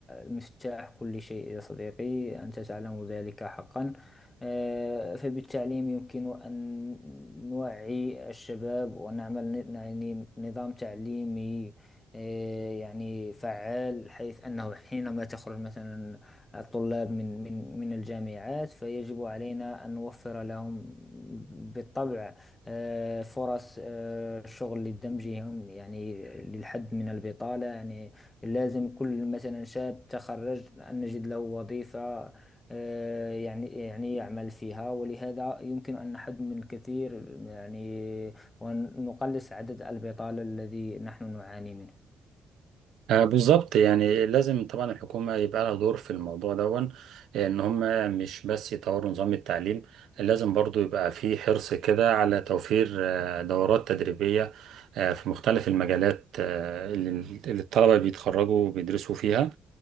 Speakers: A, on the left; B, on the right.
A: مفتاح كل شيء يا صديقي أنت تعلم ذلك حقا آه، فبالتعليم يمكن أن نوعي الشباب ونعمل ن- يعني نظام تعليمي إيه، يعني فعال حيث أنه حينما تخرج مثلا الطلاب من من من الجامعات فيجب علينا أن نوفر لهم بالطبع آه، فرص آه، شغل لدمجهم يعني للحد من البطالة يعني لازم كل مثلا شاب تخرج أن نجد له وظيفة آه، يعني يعني يعمل فيها ولهذا يمكن أن نحد من الكثير يعني ونقلص عدد البطالة الذي نحن نعاني منه
B: آه، بالظبط يعني لازم طبعا الحكومة يبقى لها دور في الموضوع دون ان هم مش بس يطوروا نظام التعليم لازم برضو يبقى في حرص كده على توفير آه، دورات تدريبية آه، في مختلف المجالات آه، اللي اللي الطلبة بيتخرجوا وبيدرسوا فيها